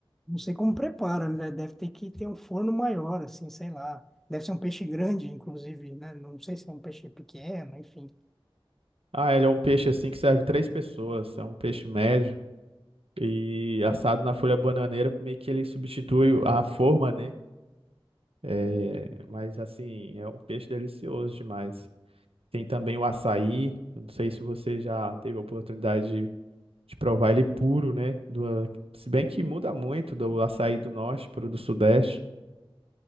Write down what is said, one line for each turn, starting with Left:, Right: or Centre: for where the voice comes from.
Centre: Não sei como prepara, né? Deve ter que ter um forno maior, assim, sei lá. Deve ser um peixe grande, inclusive, né? Não sei se é um peixe pequeno, enfim.
Right: Ah, ele é um peixe assim que serve três pessoas, é um peixe médio. E assado na folha bananeira, meio que ele substitui a forma, né? É, mas assim, é um peixe delicioso demais. Tem também o açaí. eu Não sei se você já teve a oportunidade de, de provar ele puro, né? Do, se bem que muda muito do açaí do norte para o do sudeste.